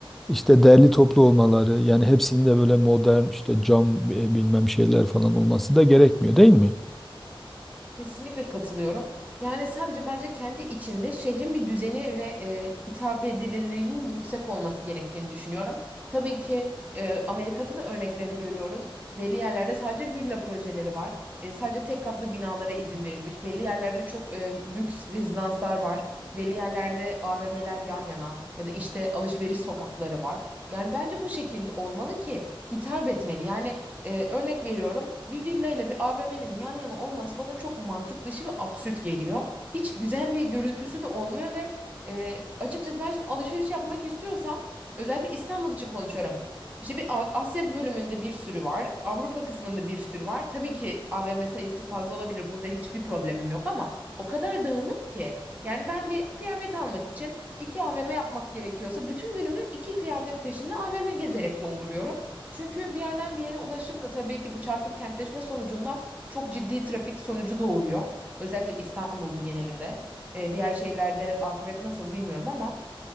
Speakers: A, in the centre; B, on the right.
A: işte derli toplu olmaları. Yani hepsinin de böyle modern işte cam e, bilmem şeyler falan olması da gerekmiyor değil mi?
B: Kesinlikle katılıyorum. Yani sadece bence kendi içinde şehrin bir düzeni ve e, hitap edilirliğinin yüksek olması gerektiğini düşünüyorum. Tabii ki e, Amerika'da da örneklerini görüyoruz. Belli yerlerde sadece villa projeleri var. E, sadece tek katlı binalara izin verilmiş. Belli yerlerde çok e, lüks rezidanslar var. Belli yerlerde AVM'ler yan yana ya da işte alışveriş sokakları var. Yani bence bu şekilde olmalı ki hitap etmeli. Yani ee, örnek veriyorum bir villa ile bir AVM'nin yan yana olması bana çok mantık dışı ve absürt geliyor. Hiç güzel bir görüntüsü de olmuyor ve e, açıkçası ben şimdi alışveriş yapmak istiyorsam özellikle İstanbul için konuşuyorum. İşte bir A- Asya bölümünde bir sürü var. Avrupa kısmında bir sürü var. Tabii ki AVM sayısı fazla olabilir. Burada hiçbir problemim yok ama o kadar dağınık ki. Yani ben bir kıyafet almak için iki AVM yapmak gerekiyorsa bütün günümü iki kıyafet peşinde AVM gezerek dolduruyorum. Çünkü bir yerden bir yere ulaşım da tabii ki bu çarpık kentleşme sonucunda çok ciddi trafik sonucu doğuruyor. Özellikle İstanbul'du genelinde. Ee, diğer şehirlerde akıbet nasıl bilmiyorum ama